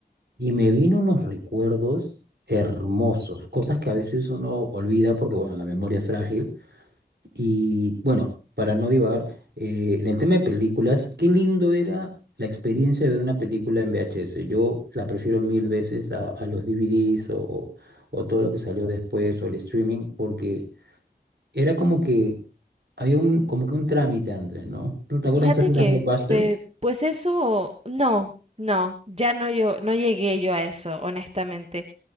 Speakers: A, on the right (about 75°); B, on the right (about 35°).
A: y me vino unos recuerdos hermosos, cosas que a veces uno olvida porque, bueno, la memoria es frágil. Y bueno, para no divagar, eh, en el tema de películas, qué lindo era la experiencia de ver una película en VHS. Yo la prefiero mil veces a, a los DVDs o, o todo lo que salió después o el streaming porque era como que había un, como que un trámite antes, ¿no? ¿Tú te acuerdas
B: Fíjate
A: de estas cintas
B: que,
A: Blockbuster?
B: pe- pues eso, no, no, ya no yo, no llegué yo a eso, honestamente.